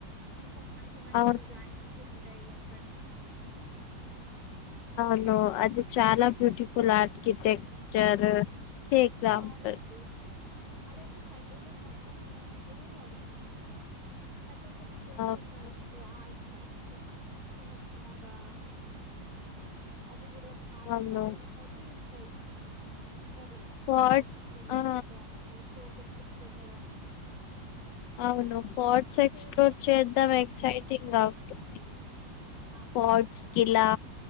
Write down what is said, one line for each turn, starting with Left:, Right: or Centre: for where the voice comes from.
Right: ఇంకా మంచి మంచి
Left: అవును
Right: డిజైన్స్ ఉంటాయి అక్కడ.
Left: అవును అది చాలా బ్యూటిఫుల్ ఆర్కిటెక్చర్ కి ఎగ్జాంపుల్
Right: అవునండి అడయితే సైడ్ మొత్తం ఏమంటరు అది కట్టెలతోటి చేస్తారు
Left: అవును
Right: కదండి ఆర్ట్ మొత్తం చిన్న చిన్నగా అది కూడా బాగా
Left: అవును
Right: ప్రైస్ ఉంటది ఇంకా ఇంకా అది అది
Left: ఫోర్ట్
Right: బాగుంటది
Left: ఆ
Right: చూడ్డానికి, షోకేస్లో పెట్టడానికి.
Left: అవును ఫోర్ట్స్ ఎక్స్ప్లోర్
Right: చే
Left: చేద్దాం ఎక్సైటింగ్ గా ఉంటుంది.
Right: అవునండి
Left: ఫోర్ట్స్ కిలా